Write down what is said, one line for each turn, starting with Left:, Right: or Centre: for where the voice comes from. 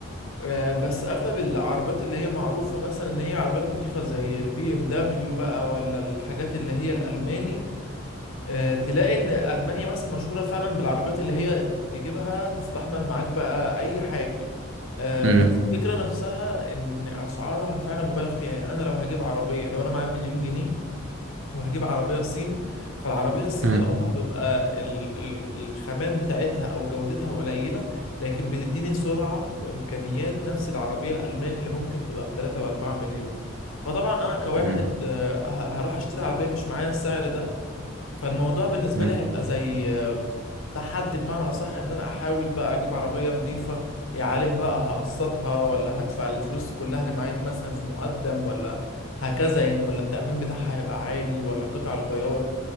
Left: آه، بس اغلب العربيات اللي هي معروفه مثلا ان هي عربيات نظيفه زي البي ام دبليو بقى ولا الحاجات اللي هي الالماني آه، تلاقي ان المانيا مثلا مشهوره فعلا بالعربيات اللي هي تجيبها تستحمل معاك بقى اي حاجه آه،
Right: مم.
Left: بس الفكره نفسها ان اسعارها فعلا مبالغ فيها يعني انا لو هجيب عربيه لو انا معايا مليون جنيه وهجيب عربيه صيني فالعربيه الصيني
Right: مم.
Left: اه هتبقى ال ال الخامات بتاعتها او جودتها قليله لكن بتديني سرعه وامكانيات نفس العربيه الالماني اللي ممكن تبقى ب 3 و4 مليون فطبعا انا كواحد
Right: مم.
Left: آه، ه- هروح اشتري عربيه مش معايا السعر ده فالموضوع بالنسبة
Right: مم.
Left: لي هيبقى زي آم، تحدي بمعنى أصح إن أنا أحاول بقى أجيب عربية نظيفة يا عالم بقى هقسطها ولا هدفع الفلوس كلها اللي معايا دي مثلا في مقدم ولا هكذا يعني ولا التأمين بتاعها هيبقى عالي ولا قطع الغيار